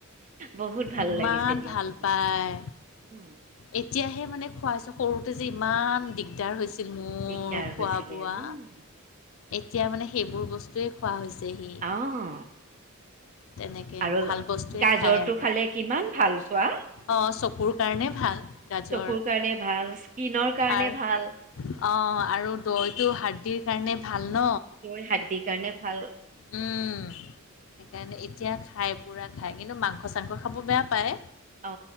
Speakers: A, on the right; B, on the left.
A: বহুত ভাল
B: ইমান
A: লাগিছে দিয়া
B: ভাল
A: শুনি।
B: পায়
A: উম,
B: এতিয়াহে মানে খুৱাইছো সৰুতে যে ইমান দিগদাৰ হৈছিল মোৰ
A: দিগদাৰ
B: খোৱা
A: হৈছিলে
B: বোৱা
A: উম,
B: এতিয়া মানে সেইবোৰ বস্তুুৱেই খোৱা হৈছেহি
A: অ'
B: তেনেকে
A: আৰু
B: ভাল বস্তুৱেই
A: গাজৰটো
B: খায় আৰু
A: খালে কিমান ভাল চোৱা
B: অ', চকুৰ কাৰণে ভাল গাজৰ
A: চকুৰ কাৰণে ভাল, স্কিনৰ কাৰণে
B: আৰ
A: ভাল।
B: অ', আৰু দৈটো হাৰদি। ভাল ন?
A: তেওঁৰ হাড্ডিৰ কাৰণে ভাল
B: উম! সেইকাৰণে এতিয়া খাই পুৰা খাই কিন্তু মাংস চাংস খাব বেয়া পায়।
A: অ